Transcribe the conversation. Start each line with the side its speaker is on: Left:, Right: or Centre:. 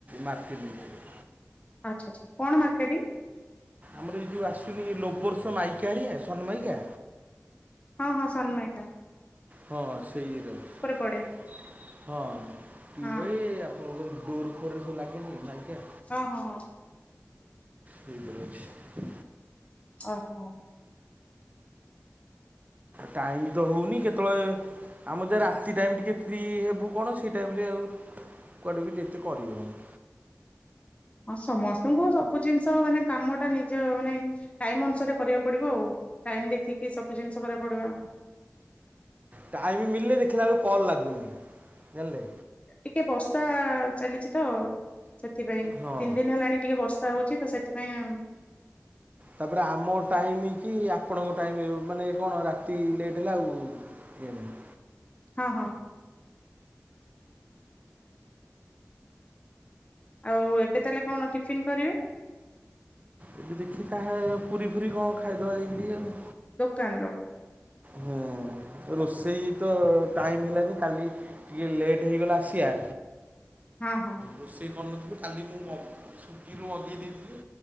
Right: ମାର୍କେଟିଂରେ।
Left: ଆଚ୍ଛା ଆ୍ଛା କଣ ମାର୍କେଟ?
Right: ଆମର ଏଇ ଯେଉ ଆସୁନି ଲୋବର୍ଷ ମାଇକାିରେଆ ସନମାଇକା
Left: ହଁ ହଁ ସନ୍ମାେଟା।
Right: ହଁ ସେଇ ରହୁଛି
Left: ପଡେ
Right: ହଁ ପବେ
Left: ହଁ।
Right: ଏ ଡୋର ଖୋରେ ଲାଗେ ନି ନାଇକେ।
Left: ହଁ ହଁ ହଁ।
Right: ଧ୍ରଛି
Left: ଓହୋ।
Right: ଟାଇମ ତ ହଉନି କେତେବେଳେ ଆମର ଯ ରାତି ଟାଇମ ଟିକେ ଫ୍ରି ହେବୁ କଣ ସେ ଟାଇମରେ ଆଉ କୁଆଡ଼େ ବି ଏତେ କରିବନି।
Left: ହଁ ସମସ୍ତଙ୍କୁ ସବୁ ଜିନିଷ ମାନେ କାମ ଟା ନିଜ ମାନେ ଟାଇମ ଅନୁସାରେ କରିବାକୁ ପଡିବ ଆଉ ଟାଇମ ଦେଖିକି ସବୁ ଜିନିଷ କରିବାକୁ ପଡିବ।
Right: ଟାଇମ୍ ମିଲେ ଦେଖିଲା ବେଳକୁ କଲ୍ ଲାଗୁନି ଜାଣିଲେ
Left: ଟିକେ ବର୍ଷା ଚାଲିଛି ତ ସେଥିପାଇଁ
Right: ହଁ
Left: ତିନି ଦିନ ହେଲାଣି ଟିକେ ବର୍ଷା ହଉଛି ତ ସେ ସେଥିପାଇ <unintelligible>
Right: ତାପରେ ଆମ ଟାଇମ କି ଆପଣଙ୍କ ଟାଇମ୍ ମାନେ କଣ ରାତି ଲେଟ୍ ହେଲା ଆଉ ଇଏ ନାହିଁ।
Left: ହଁ ହଁ। ଆଉ ଏବେ ତାହେଲେ କଣ ଟିଫିନ କରିବେ?
Right: ଏଠି ଦେଖି ତାହେଲେ ପୁରୀ ଫୁରୀ କଣ ଖାଇଦେବା ଦେଇକିଏ ଆଉ।
Left: ଦୋକାନ ଦବୁ।
Right: ହୁଁ ରୋଷେଇ ତ ଟାଇମ ହେଲାନି କାଲି ଟିକେ ଲେଟ୍ ହେଇଗଲା ଆସିବା।
Left: ହଁ ହଁ।।
Right: ରୋଷେଇ କରିନଥିବୁ ଖାଲି ମୁଁ ସୋଫି ମଗେଇ ଦେଇଥିଲି